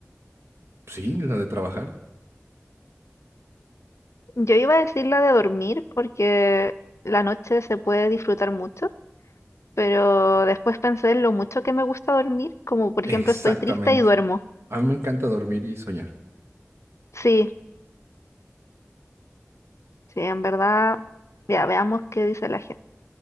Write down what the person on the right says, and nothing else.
sí, la de trabajar.
Exactamente.
A mí me encanta dormir y soñar,